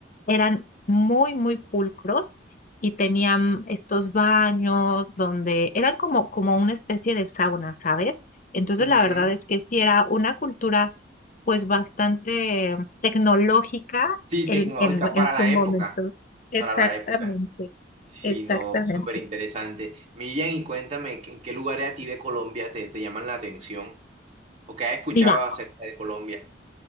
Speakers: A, on the left (about 45°); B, on the right (about 35°).
A: eran muy, muy pulcros y tenían estos baños donde eran como, como una especie de sauna, ¿sabes? Entonces
B: ujú.
A: la verdad es que sí era una cultura pues bastante tecnológica
B: Sí,
A: en,
B: tecnológica
A: en
B: para
A: en su
B: la
A: momento.
B: época,
A: Exactamente,
B: para la época. Sí,
A: exactamente.
B: no, súper interesante. Miriam, y cuéntame, ¿que- ¿en qué lugares a ti de Colombia te, te llaman la atención? ¿O qué has escuchado
A: Mira.
B: acerca de Colombia?